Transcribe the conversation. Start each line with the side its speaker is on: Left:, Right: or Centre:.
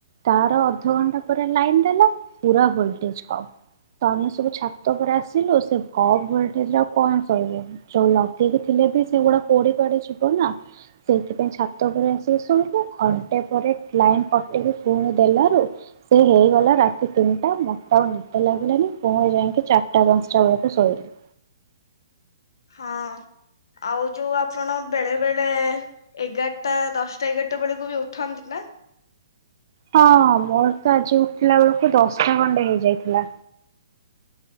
Right: ତାର ଅଧଘଣ୍ଟା ପରେ ଲାଇନ୍ ଦେଲା ପୁରା ଭୋଲଟେଜ୍ କମ୍, ତ ଆମେ ସବୁ ଛାତ ଉପରେ ଆସିଲୁ ସେ କମ୍ ଭୋଲଟେଜ୍ ରେ ଆଉ କଣ ଶୋଇବୁ ଯୋଉ ଲଗେଇକି ଥିଲେ ବି ସେଗୁଡା ପୋଡି ପୋଡି ଯିବ ନା ସେଇଥିପାଇଁ ଛାତ ଉପ ଆସିକି ଶୋଇିଲୁ, ଘଣ୍ଟେ ପରେ ଲାଇନ୍ କଟକି ପୁଣି ଦେଲାରୁ ସେ ହେଇଗଲା ରାତି ତିନିଟା ମୋତେ ଆଉ ନିଦ ଲାଗିଲାନି, ପୁଣି ଯାଇକି ଚାଟା ପାନ୍ସଟା ବେଳକୁ ଶୋଇଲିି।
Left: ହଁ ଆଉ ଯୋଉ ଆପଣ ବେଳେ ବେଳେ ଏଗାରଟା ଦଶଟା ଏଗାରଟା ବେଳକୁ ବି ଉଠନ୍ତି ନା?
Right: ହଁ ମୋର ତ ଆଜି ଉଠିଲା ବେଳକୁ ଦଶଟା ଖଣ୍ଡେ ହେଇଯାଇଥିଲା।